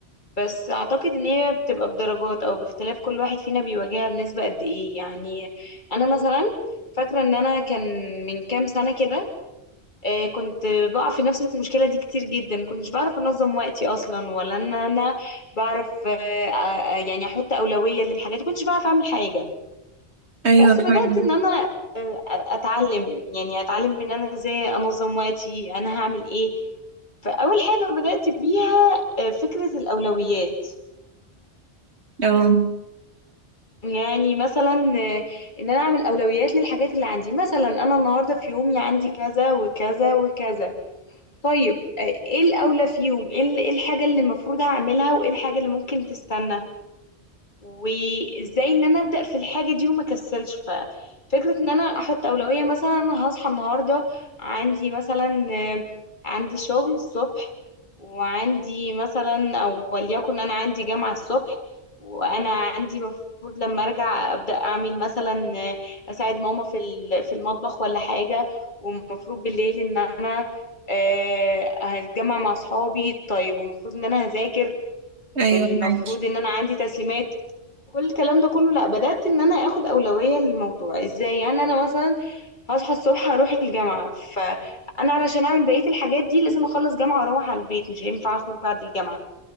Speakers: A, on the left; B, on the right.
A: بس اعتقد ان هي بتبقى بدرجات او باختلاف كل واحد فينا بيواجهها بنسبة قد ايه يعني انا مثلا فاكرة ان انا كان من كام سنة كده آه، كنت بقع في نفس المشكلة دي كتير جدا مكنتش بعرف انظم وقتي اصلا ولا ان انا بعرف آه، آه، يعني احط اولوية للحاجات مكنتش بعرف اعمل حاجة
B: ايوه
A: بس
B: فعلا
A: بدأت ان انا آه، اتعلم يعني اتعلم ان انا ازاي انظم وقتي انا هعمل ايه فاول حاجة بدأت بيها آه، فكرة الاولويات
B: اه
A: يعني مثلا آه، ان انا اعمل اولويات للحاجات اللي عندي مثلا انا النهاردة في يومي عندي كذا وكذا وكذا طيب آه، ايه الاولى فيهم ايه ال- إيه الحاجة اللي المفروض هعملها وايه الحاجة اللي ممكن تستنى وازاي ان انا ابدا في الحاجه دي وما كسلش ففكره ان انا احط اولويه مثلا انا هصحى النهارده عندي مثلا آه، عندي شغل الصبح وعندي مثلا او وليكن انا عندي جامعه الصبح وانا عندي مفروض لما ارجع ابدا اعمل مثلا آه، اساعد ماما في ال- في المطبخ ولا حاجه ومفروض بالليل ان انا آه، هتجمع مع صحابي طيب ومفروض ان انا هذاكر
B: ايوه
A: والمفروض
B: معاكي
A: ان انا عندي تسليمات كل الكلام ده كله لا بدأت ان انا اخد اولوية للموضوع ازاي يعني انا مثلا هصحى الصبح اروح الجامعة فانا علشان اعمل بقية الحاجات دي لازم اخلص جامعة واروح على البيت مش هينفع اخرج بعد الجامعة